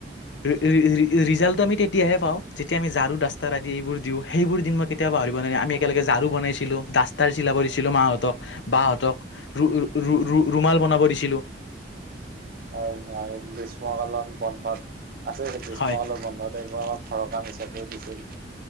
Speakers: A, on the left (about 75°); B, on the right (about 55°).
A: ৰি ৰি ৰি, ৰিজাল্টটো আমি তেতিয়াহে পাওঁ যেতিয়া আমি ঝাৰু ডাষ্টাৰ আদি এইবোৰ দিওঁ, সেইবোৰ দিন মই কেতিয়াওঁ পাহৰিব নোৱাৰিম, আমি একেলগে ঝাৰু বনাইছিলোঁ, ডাষ্টাৰ চিলাব দিছিলোঁ মাহঁতক বাহঁতক, ৰু ৰু ৰু, ৰুমাল বনাব দিছিলো।
B: হয় হয়, গ্ৰীষ্মকালত বন্ধত, আছে গ্ৰীষ্মকালন
A: হয়
B: বন্ধত <unintelligible> ঘৰৰ কাম হিচাপে দিছিল।